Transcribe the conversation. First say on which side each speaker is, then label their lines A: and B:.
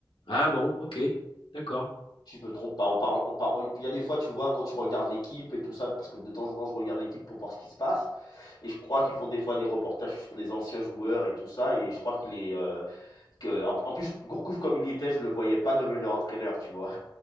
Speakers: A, on the left; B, on the left.
A: Ah bon, ok, d'accord.
B: Si je me trompe pas. On parle, on parle, il y a des fois, tu vois, quand tu regardes l'équipe et tout ça, parce que de temps en temps, je regarde l'équipe pour voir ce qui se passe. Et je crois qu'ils font des fois des reportages sur des anciens joueurs et tout ça. Et je crois qu'il est. euh, que, en, en plus, Gourcuff, comme il y était, je le voyais pas devenir entraîneur, tu vois.